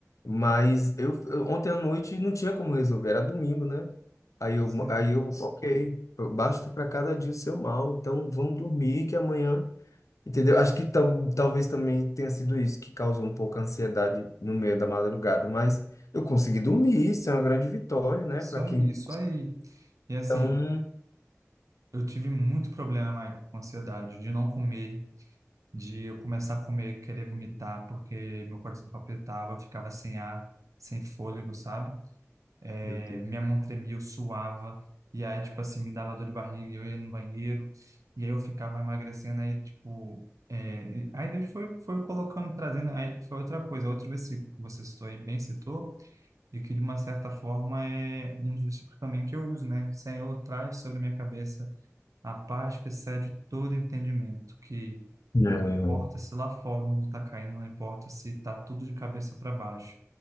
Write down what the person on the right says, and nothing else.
Sim,
isso
aí,
isso aí. E assim,
eu tive muito problema, Maicon, com ansiedade, de não comer, de eu começar a comer, querer vomitar, porque meu coração palpitava, eu ficava sem ar, sem fôlego, sabe? é,
minha mão tremia, eu suava, e aí, tipo assim, me dava dor de barriga, e eu ia no banheiro, e aí eu ficava emagrecendo, aí, tipo, é, aí Deus foi, foi colocando, trazendo, aí foi outra coisa, outro versículo que você citou aí, bem citou, e que de uma certa forma é um dos versículos também que eu uso, né? Senhor, traz sobre a minha cabeça a paz que excede todo entendimento, que
Importa se lá fora o mundo tá caindo, não importa se tá tudo de cabeça para baixo.